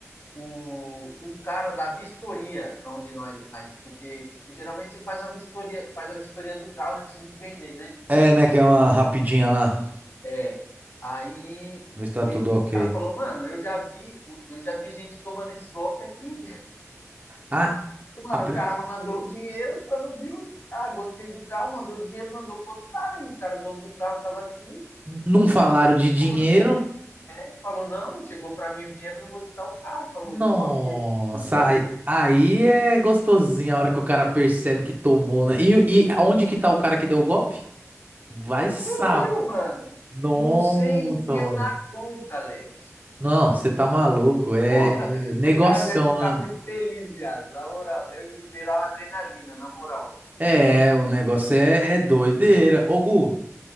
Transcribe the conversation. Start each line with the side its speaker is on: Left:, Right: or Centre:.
Left: o, o cara da vistoria, onde nós. a gente- Porque, tipo, geralmente você faz uma vistoria, faz a vistoria do carro antes de vender, né?
Right: É, né? Que é uma rapidinha lá.
Left: É. Aí
Right: Ver se tá
Left: e
Right: tudo
Left: o
Right: ok.
Left: cara falou, mano, eu já vi, eu já vi gente tomando esse golpe aqui.
Right: Ah,
Left: Mano,
Right: a pe-
Left: o cara mandou o dinheiro, quando viu, ah, gostei do carro, mandou o dinheiro, mandou pro outro cara, e o cara, dono do carro, tava aqui,
Right: não falaram
Left: não,
Right: de dinheiro.
Left: mano, né? falou, não, chegou pra mim o dinheiro, não vou te dar o carro, falou,
Right: Nossa,
Left: deu mó treta, aqui, os dois,
Right: aí, aí é gostosinho a hora que o cara percebe que tomou, né? E, e onde que tá o cara que deu o golpe? Vai
Left: e sumiu,
Right: saber.
Left: mano,
Right: Nossa,
Left: com 6 mil
Right: mano.
Left: na conta, Leque.
Right: Não, você tá maluco. É,
Left: Porra,
Right: é negocião,
Left: o cara deve ficar muito
Right: né?
Left: feliz, viado, na moral, deve liberar uma adrenalina, na moral.
Right: É, o negócio é, é doideira. Ô, Gu,